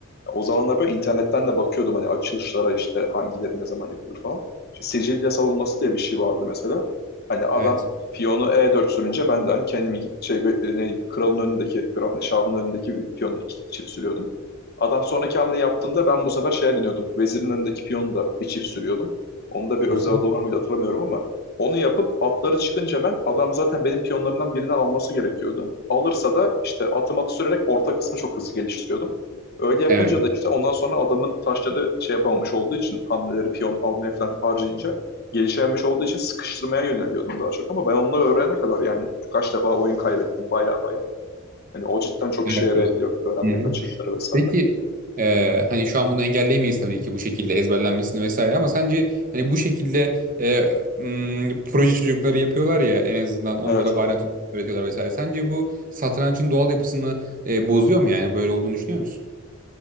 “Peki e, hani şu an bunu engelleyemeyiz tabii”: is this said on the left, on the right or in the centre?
Right